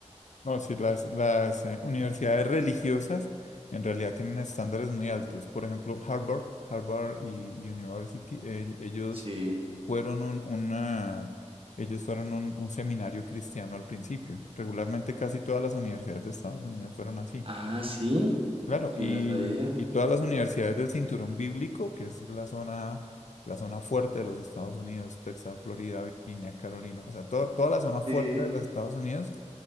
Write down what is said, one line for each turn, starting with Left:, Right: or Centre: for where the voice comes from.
Left: No, sí, las, las eh, universidades religiosas en realidad tienen estándares muy altos. Por ejemplo, Harvard, Harvard y University, eh, ellos
Right: Sí.
Left: fueron un, una, ellos fueron un, un seminario cristiano al principio. Regularmente casi todas las universidades de Estados Unidos fueron así.
Right: Ah, sí,
Left: Claro,
Right: yo
Left: y,
Right: no sabía.
Left: y todas las universidades del cinturón bíblico, que es la zona, la zona fuerte de los Estados Unidos, Texas, Florida, Virginia, Carolina, o sea, to- toda la zona fuerte
Right: Sí.
Left: de los Estados Unidos,